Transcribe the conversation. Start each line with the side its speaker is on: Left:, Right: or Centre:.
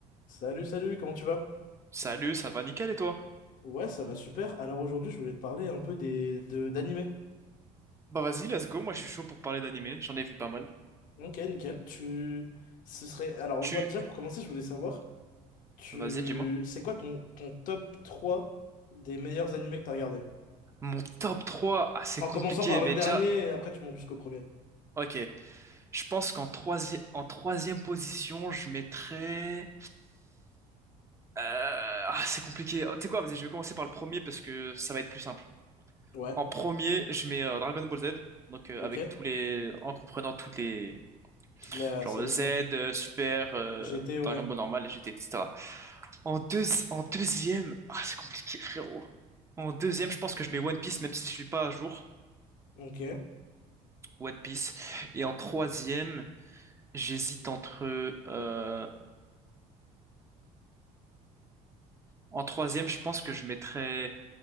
Left: Salut, salut, comment tu vas?
Right: Salut, ça va nickel et toi?
Left: Ouais, ça va super. Alors aujourd'hui, je voulais te parler un peu des de d'animés.
Right: Bah vas-y, let's go, moi je suis chaud pour parler d'animé, j'en ai vu pas mal.
Left: Ok, nickel. Tu ce serait alors
Right: Tu...
Left: moi déjà pour commencer, je voulais savoir tu
Right: Vas-y, dis-moi.
Left: c'est quoi ton ton top 3 des meilleurs animés que t'as regardé?
Right: Mon top 3, ah, c'est
Left: En
Right: compliqué,
Left: commençant par le
Right: mais
Left: dernier
Right: déjà...
Left: et après tu montes jusqu'au premier.
Right: Ok, je pense qu'en troisi- en troisième position, je mettrais... Euh, Ah, c'est compliqué. Oh, tu sais quoi, vas-y, je vais commencer par le premier parce que ça va être plus simple.
Left: Ouais,
Right: En premier, je mets euh, Dragon Ball Z, donc euh,
Left: ok.
Right: avec tous les... en comprenant toutes les...
Left: Toute la
Right: genre
Left: série
Right: Z,
Left: quoi.
Right: euh, Super, euh,
Left: J'étais ouais.
Right: Dragon Ball normal, GT, etc. En deux, en deuxième, ah, c'est compliqué, frérot. En deuxième, je pense que je mets One Piece, même si je suis pas à jour.
Left: Ok,
Right: One Piece. Et en troisième, j'hésite entre. euh, En troisième, je pense que je mettrais,